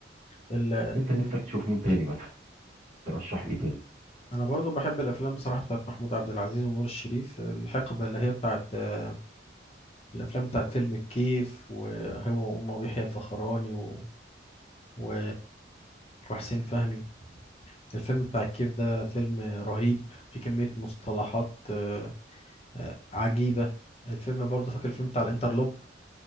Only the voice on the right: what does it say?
أنت نفسك تشوف مين تاني مثلا ترشح إيه تاني